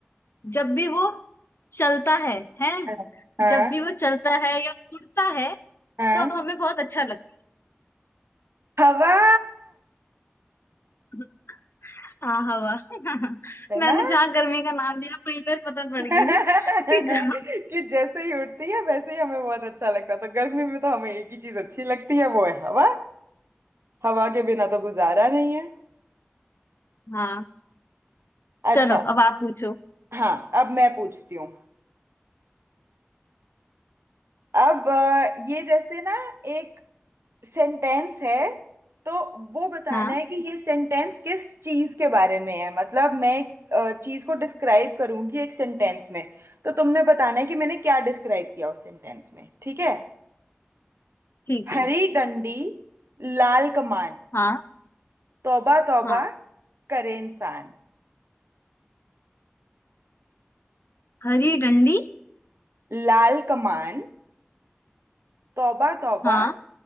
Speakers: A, on the left; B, on the right.
A: जब भी वो चलता है है
B: हाँ हाँ
A: जब भी वो चलता है या उड़ता है
B: हाँ
A: तो हमें बहुत अच्छा लगता
B: हवा
A: है हाँ हवा <laughs>
B: है
A: मैंने
B: ना
A: जहाँ गर्मी का नाम लिया वहीं पर पता पड़
B: <laughs>
A: गई ना कि गर्म-
B: कि जैसे ही उठती है वैसे ही हमें बहुत अच्छा लगता है तो गर्मी में तो हमें एक ही चीज अच्छी लगती है वो है हवा हवा के बिना तो गुजारा नहीं है
A: हाँ
B: अच्छा
A: चलो अब आप पूछो
B: हाँ अब मैं पूछती हूँ अब अ, ये जैसे ना एक सेंटेंस है तो वो बताना
A: हाँ
B: है कि ये सेंटेंस किस चीज के बारे में है मतलब मैं एक चीज को डिस्क्राइब करूंगी एक सेंटेंस में तो तुमने बताना है कि मैंने क्या डिस्क्राइब किया उस सेंटेंस में ठीक है
A: ठीक
B: हरी
A: है
B: डंडी लाल कमान
A: हाँ
B: तौबा तौबा
A: हाँ
B: करे इंसान
A: हरी डंडी
B: लाल कमान तौबा तौबा
A: हाँ